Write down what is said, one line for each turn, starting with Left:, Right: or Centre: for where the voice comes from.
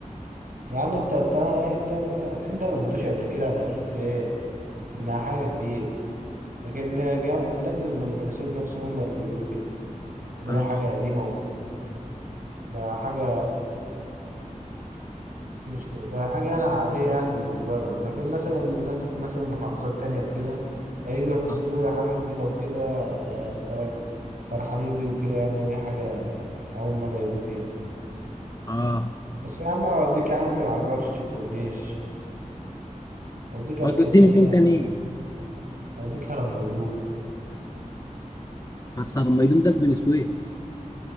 Right: يا عم انت تعالى انت انت ما جيتوش قبل كده فتحس ايه انها حاجه جديده لكن جا- الناس اللي من بني سويف نفسهم هم اللي بيقولوا كده اللي
Left: اه
Right: هو حاجه قديمه وكده بقى حاجه مش ك- بقى حاجه انا عاديه يعني بالنسبه لهم لكن مثلا الناس اللي مثلا من محافظات تانية وكده هيجوا يحسوا
Left: اه
Right: اللي هو إيه، حاجه جديده وكده آه، فرحانين بيه وكده يعني ليه حاجه اول مره يجوا فيها
Left: اه
Right: بس يا عم هوديك يا عم ما يعجبكش الكورنيش هوديك اماكن
Left: هتوديني
Right: تانية
Left: فين تاني
Right: هوديك هرم ميدوق
Left: بس لما يدوم ده في بني سويف